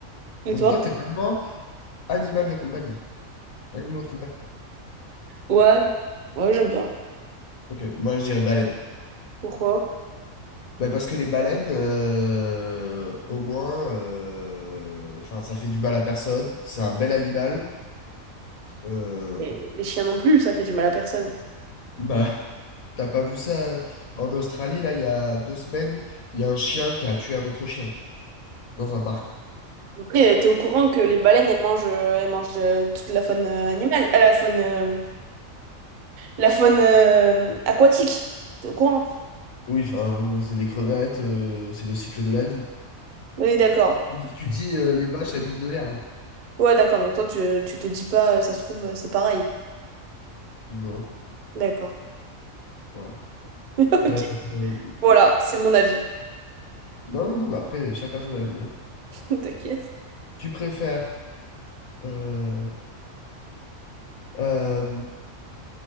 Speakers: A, on the right; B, on the left.
A: Et
B: Donc
A: toi?
B: toi, t'es vraiment animal de compagnie. Animaux de compagnie.
A: Ouais, ouais, j'aime bien.
B: Ok. Moi, je dirais baleine.
A: Pourquoi?
B: Bah, parce que les baleines, euh, au moins, euh, enfin, ça fait du mal à personne. C'est un bel animal. Euh,
A: Et les chiens non plus, ça fait du mal à personne.
B: bah, T'as pas vu ça euh, en Australie, là, il y a deux semaines, il y a un chien qui a tué un autre chien dans un parc.
A: Et t'es au courant que les baleines, elles mangent, euh, elles mangent de- toute la faune euh, animale, euh, la faune, euh, la faune euh, aquatique. T'es au courant?
B: Oui, enfin, c'est des crevettes, euh, c'est le cycle de la vie.
A: Oui, d'accord.
B: Comme Si tu dis euh, les vaches, elles bouffent de l'herbe.
A: Ouais, d'accord. Donc toi, tu, tu te dis pas, euh, ça se trouve, euh, c'est pareil.
B: Non,
A: D'accord.
B: voilà.
A: <laughs> Ok.
B: Euh, euh,
A: Voilà, c'est mon avis.
B: non, non, non, mais après, chacun son avis. hein.
A: <laughs> T'inquiète.
B: Tu préfères, euh, euh,